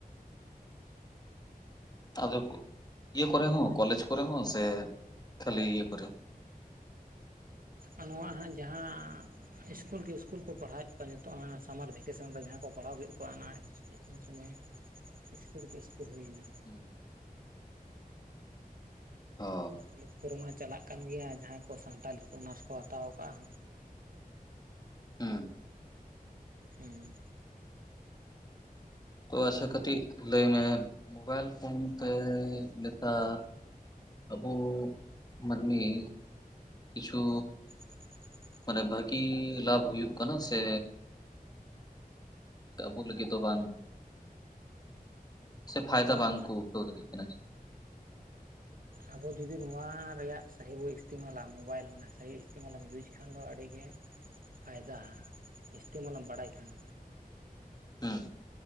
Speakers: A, on the left; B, on the right.
A: ᱟᱫᱚ ᱤᱭᱟᱹ ᱠᱚᱨᱮ ᱦᱚᱸ ᱠᱚᱞᱮᱡᱽ ᱠᱚᱨᱮ ᱦᱚᱸ ᱥᱮ ᱠᱷᱟᱹᱞᱤ ᱤᱭᱟᱹ ᱠᱚᱨᱮ ᱦᱚᱸ <inaudible>
B: ᱟᱨ ᱱᱚᱣᱟ ᱦᱟᱸᱜ ᱡᱟᱦᱟᱸ ᱤᱥᱠᱩᱞ ᱠᱮ ᱤᱥᱠᱩᱞ ᱠᱚ ᱯᱟᱲᱦᱟᱣᱮᱫ ᱠᱚᱣᱟ ᱱᱤᱛᱚᱜ ᱥᱟᱢᱟᱨ ᱵᱷᱮᱠᱮᱥᱚᱱ ᱨᱮ ᱡᱟᱦᱟᱸᱭ ᱠᱚ ᱯᱟᱲᱦᱟᱣ ᱠᱮᱫ ᱠᱚᱣᱟ ᱚᱱᱟ ᱩᱱ ᱥᱚᱢᱚᱭ ᱥᱤᱥᱠᱩᱞ ᱠᱮ ᱥᱤᱥᱠᱩᱞ ᱦᱩᱭ ᱮᱱᱟ,
A: ᱦᱩᱸ ᱚ
B: ᱠᱚᱞᱮᱡᱽ ᱠᱚᱨᱮ ᱢᱟ ᱪᱟᱞᱟᱜ ᱠᱟᱱ ᱜᱮᱭᱟ ᱡᱟᱸᱦᱟᱭ ᱠᱚ ᱥᱟᱱᱛᱟᱞᱤ ᱚᱱᱟᱨᱥ ᱠᱚ ᱦᱟᱛᱟᱣ ᱟᱠᱟᱫᱟ,
A: ᱦᱩᱸ
B: ᱦᱩᱸ
A: ᱛᱚ ᱟᱪᱪᱷᱟ ᱠᱟᱹᱴᱤᱡ ᱞᱟᱹᱭ ᱢᱮ ᱢᱳᱵᱟᱭᱤᱞ ᱯᱷᱳᱱ ᱛᱮ ᱱᱮᱛᱟᱨ ᱟᱵᱚ ᱢᱟᱹᱱᱢᱤ ᱠᱤᱪᱷᱩ
B: <unintelligible>
A: ᱢᱟᱱᱮ ᱵᱷᱟᱹᱜᱤ ᱞᱟᱵᱷᱽ ᱦᱩᱭᱩᱜ ᱠᱟᱱᱟ ᱥᱮ ᱥᱮ ᱟᱵᱚ ᱞᱟᱹᱜᱤᱫ ᱫᱚ ᱵᱟᱝ ᱥᱮ ᱯᱷᱟᱭᱫᱟ
B: ᱦᱩᱸ
A: ᱵᱟᱝ ᱠᱚ ᱩᱴᱷᱟᱹᱣ ᱫᱟᱲᱮᱭᱟᱜ ᱠᱟᱱᱟ,
B: ᱟᱵᱚ ᱡᱩᱫᱤ ᱱᱚᱣᱟ ᱨᱮᱭᱟᱜ ᱥᱟᱹᱦᱤ ᱵᱚᱱ ᱤᱥᱛᱮᱢᱟᱞᱟ ᱢᱳᱵᱟᱭᱤᱞ ᱥᱟᱹᱦᱤ ᱤᱥᱛᱮᱢᱞᱟᱢ ᱤᱭᱩᱡᱽ ᱠᱷᱟᱱ ᱫᱚ ᱟᱹᱰᱤ ᱜᱮ, ᱯᱷᱟᱭᱫᱟ ᱤᱥᱛᱮᱢᱟᱞᱮᱢ ᱵᱟᱲᱟᱭ ᱠᱷᱟᱱ
A: ᱦᱩᱸ